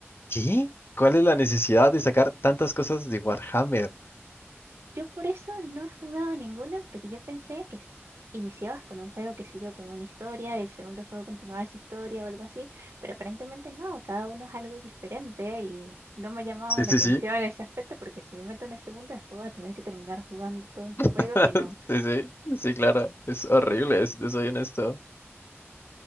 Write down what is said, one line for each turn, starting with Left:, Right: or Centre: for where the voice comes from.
Left: ¿qué? ¿Cuál es la necesidad de sacar tantas cosas de Warhammer?
Right: Yo por eso no he jugado ninguno, porque yo pensé que s- iniciabas con un juego, qué sé yo, con una historia, el segundo juego continuaba esa historia o algo así, pero aparentemente no, cada uno es algo diferente y no me ha llamado
Left: Sí,
Right: la
Left: sí,
Right: atención
Left: sí.
Right: ese aspecto, porque si me meto en el segundo, después voy a tener que terminar jugando todos los juegos
Left: <laughs>
Right: y no.
Left: Sí, sí, sí, claro, es horrible, si te soy honesto.